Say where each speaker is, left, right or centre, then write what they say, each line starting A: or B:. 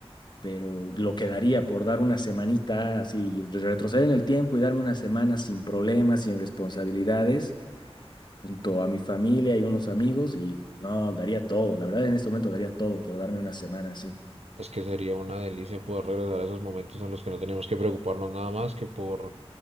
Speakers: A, on the left; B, on the right.
A: pero lo que daría por dar una semanita así, yo- retroceder en el tiempo y darme una semana sin problemas, sin responsabilidades. junto a mi familia y unos amigos y no, daría todo, la verdad en este momento daría todo por darme una semana así.
B: Es que sería una delicia poder regresar a esos momentos en los que no teníamos que preocuparnos nada más que por